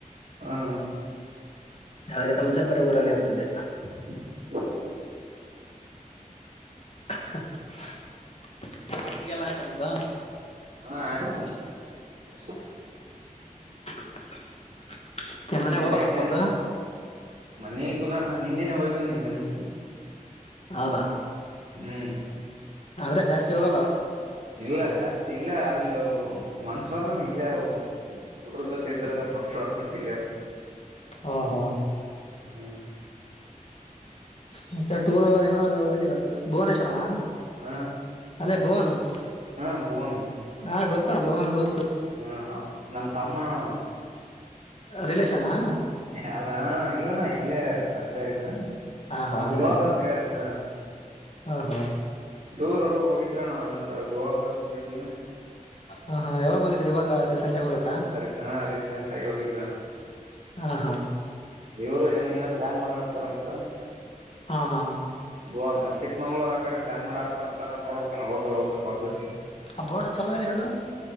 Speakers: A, on the right (about 65°); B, on the left (about 50°).
A: ಹಾ
B: ಆದ್ರೂಕಣಮುಚ್ಚಿ ಬರೆ ಊರಲ್ಲಿ ಇರ್ತಿದ್ದೆ
A: <inaudible>
B: <unintelligible> ಹಟ್ಟಿ ಎಲ್ಲ ಆಯ್ತಾ ನಮ್ದ
A: ಹಾ ಆಯ್ತು ಅಣ್ಣ ಈಗ ಅಷ್ಟೇ
B: <inaudible> ಮನೆಗೆ
A: ಈ
B: ಹೋಗ್ಬೇಕಣ್ಣ
A: ನೈಟ್
B: ಇವತ್ತು
A: ನ್ ಮನಗೆಲ್ಲ ಅಣ್ಣ ನಿನ್ನೆನೆ ಹೋಗಿ ಬಂದನಿ ಮನಗೆ
B: ಹೌದಾ
A: ಹ್ಮ್
B: ಆದ್ರೆ ಜಾಸ್ತಿ ಹೋಗಲ್ಲ
A: ಇಲ್ಲ ಜಾಸ್ತಿ ಇಲ್ಲ ಅಲ್ಲಿ ಮನ್ಸ್ವರ್ಲ್ಲ ಇಲ್ಲೇ ಹಡ್ರ ಜೊತೆ ಇದ್ರೆ ಮಸ್ರ್ತನ್ ಕಲ್ಲಿ ಇರ್ತನಿ
B: ಹಾ ಹಾ
A: ಹ್ಮ
B: ಮತ್ತೆ ಟೂರ್ ಏನಾದರು ಹಾಗ್ಯದ ಭುವನೇಶ್ವರ ಅಣ್ಣ
A: ಹ
B: ಅದೇ ಭೋವನ
A: ಹಾ ಭುವನ
B: ಹಾ ಗೊತ್ತೋಣ ಭವನ್ ಗೊ
A: ಹ್ಮ ನಮ್ಮ ತಮ್ಮಣ ಅವ
B: ರಿಲೇಶನ್ ಹಾ
A: ಅಲ್ಲಣ ಇಲ್ಲಣ ಇಲ್ಲೇ ಪರಿಚಯ ಇದ್ದ
B: ಹಾ ಹಾ ಹಂಗ
A: ಕ್ಲೋಸ್ ಅಂತ ಹೇಳಿದೆ ಹ
B: ಹ ಹಾ
A: ಟೂರ್ ಹೋಗಿದ್ದಣ ಅಂದ್ರ ಗೋವಾ ಕದಕ ಹೋಗಿದ್ದವಿ
B: ಹ ಹಾ ಯಾವಾಗ ಹೋಗಿದ್ರಿ ಇವಾಗ ರೀಸೆಂಟ್ ಆಗಿ ಹೋಗಿದ್ರಾ
A: ಅ ಹಾ ರೀಸೆಂಟ್ ಆಗಿ ಹೋಗಿದವಿ ಅಣ್ಣ
B: ಹಾ ಹಾ
A: ಇವ್ರು ಏನ ಇನ ಪ್ಲಾನ್ ಮಾಡತಾರಂತ
B: ಹಾ ಹಾ
A: ಬುವ ಚಿಕ್ಕಮಂಗಳೂರ್ ಆ ಕಡೆ ಪ್ಲಾನ್ ಮಾಡಕತಾರ ಅಂತ ನೋಡ್ಬೇಕಣ ಹೋದ್ರರು ಹೋಗಬೇಕ ಅವರ ಜೋತಿ
B: ಆ ಬೋರ್ಡ್ ಚಲೋ ಆಗ್ಯದ ಎರಡು